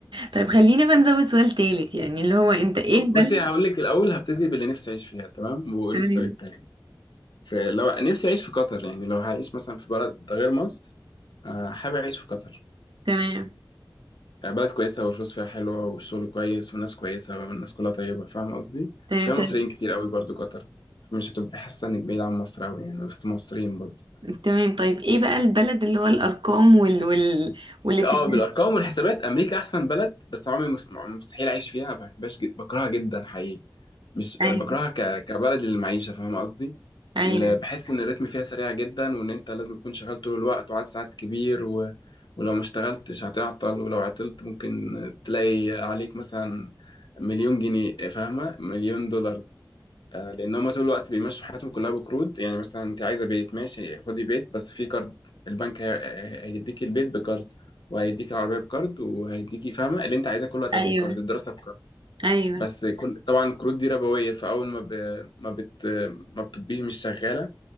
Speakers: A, on the right; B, on the left.
A: طيب خلينا بقى نزود سؤال تالت يعني اللي هو انت ايه البلد
B: بصي هقول لك الأول هبتدي باللي نفسي أعيش فيها تمام وقولي
A: تمام
B: السؤال التاني فلو نفسي أعيش في قطر يعني لو هعيش مثلا في بلد غير مصر آه، حابب أعيش في قطر
A: تمام
B: آه، بلد كويسة والفلوس فيها حلوة والشغل كويس والناس كويسة والناس كلها طيبة فاهم قصدي؟
A: تمام
B: فيها
A: تمام
B: مصريين كتير قوي برضو قطر مش هتبقى حاسة إنك بعيد عن مصر أوي يعني وسط مصريين برضو
A: تمام طيب ايه بقى البلد اللي هو الارقام وال وال والاتجاه
B: اه بالارقام والحسابات امريكا احسن بلد بس عمري مس- مستحيل اعيش فيها ما بحبهاش جد- بكرهها جدا حقيقي مش
A: ايوه
B: آه، بكرهها ك... كبلد للمعيشه فاهم قصدي
A: ايوه
B: ل- بحس ان الريتم فيها سريع جدا وان انت لازم تكون شغال طول الوقت وعدد ساعات كبير و... ولو ما اشتغلتش هتعطل ولو عطلت ممكن تلاقي عليك مثلا مليون جنيه فاهمه مليون دولار آه، لان هم طول الوقت بيمشوا حياتهم كلها بقروض يعني مثلا انت عايزه بيت ماشي خدي بيت بس في كارد البنك هي- هي- هيديكي البيت بكارد وهيديكي العربيه بكارد وهيديكي فاهمه اللي انت عايزاه كله هتاخديه
A: ايوه
B: بكارد الدراسه بكارد
A: ايوه
B: بس كل طبعا الكروت دي ربويه فاول ما ب... ما بت ما بتبقيه مش شغاله